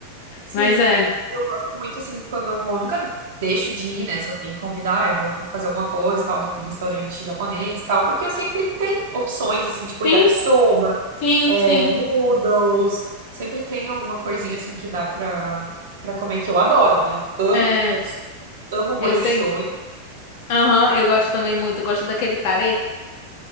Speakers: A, on the right (about 55°); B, on the left (about 45°).
A: sim.
B: Mas é.
A: Eu gosto muito, assim, quando eu vou, eu nunca deixo de ir, né? Se alguém convidar, "Ai, vamos fazer alguma coisa, tal, em restaurante japonês e tal, porque eu sempre que tem opções, assim, tipo
B: Sim,
A: yakisoba,
B: sim,
A: é,
B: sim.
A: noodles. Sempre tem alguma coisinha assim que dá pra, pra comer que eu adoro, né? Eu amo
B: É,
A: yakisoba, amo molho
B: eu sei.
A: shoyu.
B: Aham, eu gosto também muito. Eu gosto daquele tarê,